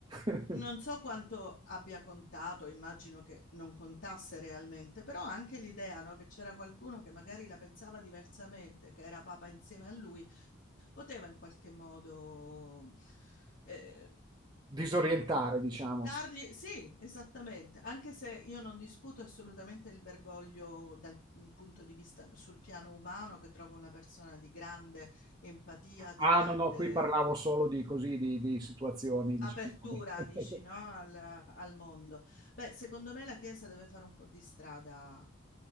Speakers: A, on the right; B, on the left.
A: <laughs>
B: non so quanto abbia contato, immagino che non contasse realmente, però anche l'idea, no, che c'era qualcuno che magari la pensava diversamente, che era papa insieme a lui, poteva in qualche modo eh,
A: Disorientare, diciamo.
B: dargli,
A: sì.
B: sì, esattamente, anche se io non discuto assolutamente il Bergoglio dal mm, punto di vista sul piano umano, che trovo una persona di grande empatia, di
A: Ah,
B: grande
A: no, no, qui parlavo solo di così, di, di situazioni, diciamo.
B: apertura,
A: <laughs>
B: dici, no? al, al mondo. Beh, secondo me la Chiesa deve fare un po' di strada